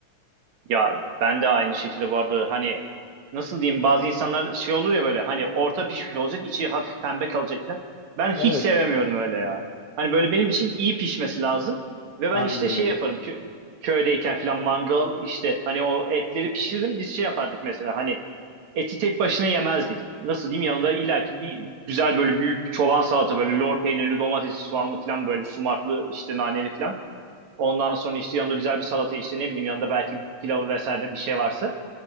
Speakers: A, on the right; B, on the left.
A: Ya ben de aynı şekilde bu arada hani nasıl diyeyim bazı insanlar şey olur ya böyle hani orta pişmiş olacak içi hafif pembe kalacak falan. Ben hiç
B: Evet.
A: sevemiyorum öyle ya. Hani böyle benim için iyi pişmesi lazım. Ve ben
B: Aynen
A: işte şey
B: öyle.
A: yaparım kö- köydeyken falan mandal işte hani o etleri pişiririm biz şey yapardık mesela hani eti tek başına yemezdik. Nasıl diyeyim yanında illaki bir güzel böyle büyük bir çoban salata böyle lor peynirli domatesli soğanlı falan böyle sumaklı işte naneli falan. Ondan sonra işte yanında güzel bir salata işte ne bileyim yanında belki pilavı vesaire bir şey varsa.